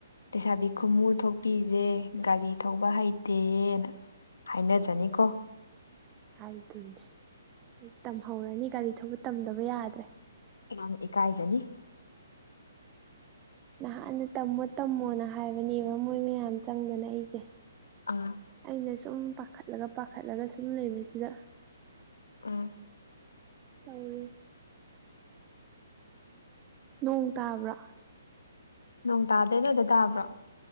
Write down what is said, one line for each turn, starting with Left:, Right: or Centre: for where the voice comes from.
Left: ꯂꯩꯁꯥꯕꯤ ꯈꯨꯃꯨ ꯊꯣꯛꯄꯤꯖꯦ ꯒꯥꯔꯤ ꯊꯧꯕ ꯍꯩꯇꯦꯌꯦꯅ ꯍꯥꯏꯅꯖꯅꯤꯀꯣ
Right: ꯍꯥꯏꯗꯣꯏꯅꯦ ꯑꯩ ꯇꯝꯍꯧꯔꯅꯤ ꯒꯥꯔꯤ ꯊꯧꯕ ꯇꯝꯗꯕ ꯌꯥꯗ꯭ꯔꯦ
Left: ꯅꯪ ꯏꯀꯥꯏꯖꯅꯤ <unintelligible>
Right: ꯅꯍꯥꯟꯅ ꯇꯝꯃꯣ ꯇꯝꯃꯣꯅ ꯍꯥꯏꯕꯅꯦꯕ ꯃꯣꯏ ꯃꯌꯥꯝ ꯆꯪꯗꯅ ꯑꯩꯁꯦ
Left: ꯑꯥ
Right: ꯑꯩꯅ ꯁꯨꯝ ꯄꯥꯈꯠꯂꯒ ꯄꯥꯈꯠꯂꯒ ꯁꯨꯝ ꯂꯩꯕꯁꯤꯗ
Left: ꯎꯝ
Right: ꯇꯧꯔꯤ ꯅꯣꯡ ꯇꯕ꯭ꯔꯣ
Left: ꯅꯣꯡ ꯇꯥꯗ ꯅꯣꯏꯗ ꯇꯕ꯭ꯔꯣ